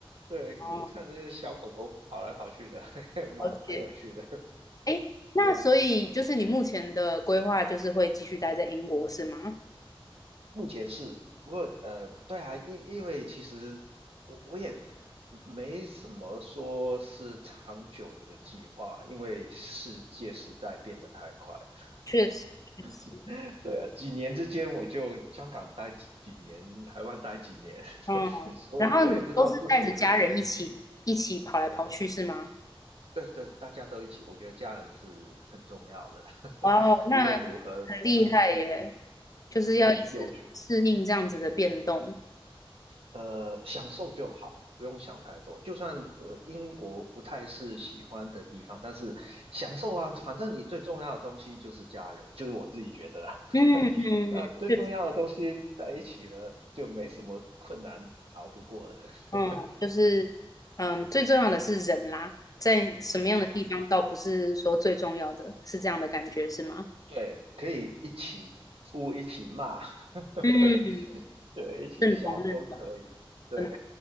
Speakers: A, on the right; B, on the left.
A: 对，就看那些小狗狗跑来跑去的，
B: 哦
A: <laughs> 蛮蛮有趣的。
B: 了解，哎，那所以就是你目前的规划就是会继续待在英国是吗？
A: 目前是，我呃，对啊，因因为其实我我也没什么说是长久的计划，因为世界实在变得太快了。
B: 确实，确实，
A: <laughs> 对啊，几年之间我就香港待几几年，台湾待几年，
B: 嗯，
A: <laughs> 所以我也不知道之后变。
B: 然后你都是带着家人一起一起跑来跑去是吗？
A: 对对，大家都一起，我觉得家人是很重要的，<laughs>
B: 哇哦，那很
A: 无论如何，
B: 厉害耶，
A: 嗯
B: 就是要一直适应这样子的变动。
A: 嗯，有趣。呃，享受就好，不用想太多。就算呃英国不太是喜欢的地方，但是享受啊，反正你最重要的东西就是家人，就是我自己觉得啦。<laughs>
B: 嗯嗯嗯，
A: 那最重要的东西在一起了，
B: 确实。
A: 就没什么困难熬不过的。
B: 嗯，
A: <laughs>
B: 就是嗯，最重要的是人啦，在什么样的地方倒不是说最重要的，
A: 对啊，
B: 是这样的感觉是吗？
A: 对，可以一起哭，一起骂，<laughs>
B: 嗯，
A: 对，一起笑都可以。
B: 认同认同，
A: 对，
B: 很